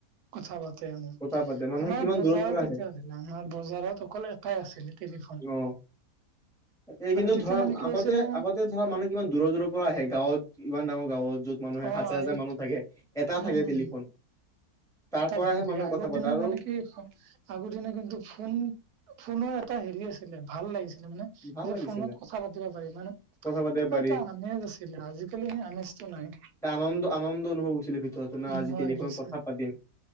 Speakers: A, on the right; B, in the centre.
A: কথা পাতে আমাৰ
B: কথা পাতে মানুহে
A: আমাৰ
B: কিমান
A: বজাৰত
B: দূৰৰ পৰা
A: তেতিয়া
B: আহে
A: আছিলে আমাৰ বজাৰত অকল এটাই আছিলে টেলিফোন
B: অ তাকে কিন্তু
A: আৰু তেতিয়া
B: ধৰক
A: মানে কি
B: আগতে
A: হৈছিলে
B: আগতে ধৰা মানুহ কিমান দূৰ দূৰ পৰা আহে গাঁৱত ইমান ডাঙৰ গাৱত যত মানুহে
A: অ
B: হাজাৰ হাজাৰ
A: এই
B: মানুহ থাকে এটা
A: উম
B: থাকে
A: উম
B: টেলিফোন তাৰ
A: এটা
B: পৰাহে
A: ফ্ণ থাকে
B: মানুহে
A: আগৰ
B: কথা পাতে
A: দিনত
B: আৰু
A: মানে কি আগৰ দিনত কিন্তু ফোন ফোনৰ এটা হেৰি আছিলে ভাল লাগিছিলে মানে
B: ভাল
A: যে
B: লাগিছিলে
A: ফোনত কথা পাতিব পাৰি মানে
B: কথা পাতিব
A: কিবা
B: পাৰি
A: এটা আমেজ আছিলে আজিকালি সেই আমেজটো নাই
B: এ আনন্দ আনন্দ অনুভৱ হৈছিলে ভিতৰত ন
A: নোহোৱা
B: আজি টেলিফোনত
A: হৈ গৈছে
B: কথা পাতিম